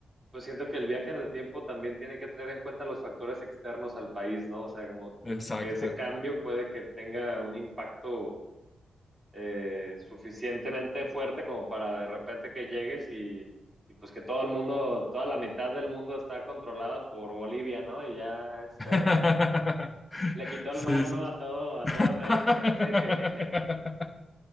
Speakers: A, on the right; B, on the left.
A: pues siento que el viaje en el tiempo también tiene que tener en cuenta los factores externos al país, ¿no? O sea, como
B: Exacto.
A: que ese cambio puede que tenga un impacto eh, suficientemente fuerte como para de repente que llegues y, y, pues que todo el mundo, toda la mitad del mundo está controlada por Bolivia, ¿no? Y ya este,
B: <laughs>
A: le quitó el
B: Sí,
A: mar,
B: sí.
A: ¿no? A todo, a
B: <laughs>
A: toda América, así que... <laughs>